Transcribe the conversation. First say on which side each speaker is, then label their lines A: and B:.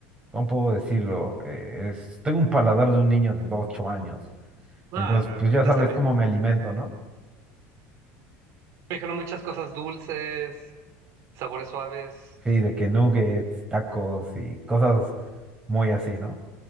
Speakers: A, on the right; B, on the right.
A: ¿cómo puedo decirlo? Eh, es- tengo un paladar de un niño de 8 años.
B: Ah,
A: Entonces,
B: no,
A: pues ya
B: está
A: sabes
B: está bien.
A: cómo me alimento, ¿no?
B: Me dijeron muchas cosas dulces. Sabores suaves.
A: Sí, de que nuggets, tacos y cosas muy así, ¿no?